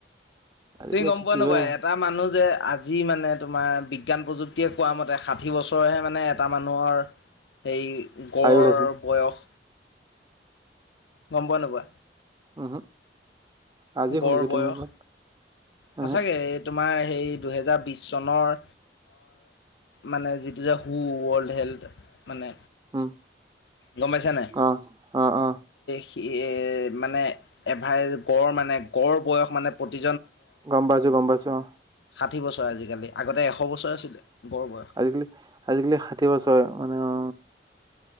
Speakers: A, on the right; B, on the left.
A: আজিকালি
B: তুমি গম
A: ছুটি
B: পোৱা নে নোপোৱা
A: হয়
B: এটা মানুহ যে আজি মানে তোমাৰ বিজ্ঞান প্ৰযুক্তিয়ে কোৱা মতে ষাঠি বছৰহে মানে এটা মানুহৰ সেই গড়ৰ
A: আয়ুস আছে
B: বয়স। গম পোৱা নোপোৱা।
A: উহু আজি
B: গড়
A: শুনিছো
B: বয়স
A: তুমি কোৱা উম
B: সঁচাকে তোমাৰ হেই দুহেজাৰ বিছ চনৰ মানে যিটো যে হু ৱৰ্ল্ড হেল্থ। মানে
A: উম
B: গম পাইছানে
A: অ অ অ
B: সেই মানে এভাই গড় মানে গড় বয়স মানে প্ৰতি
A: গম পাইছো গম পাইছো অ।
B: ষাঠি বছৰ আজিকালি আগতে এশ বছৰ আছিলে। গড় বয়স
A: আজিকালি আজিকালি ষাঠি বছৰ মানে অ।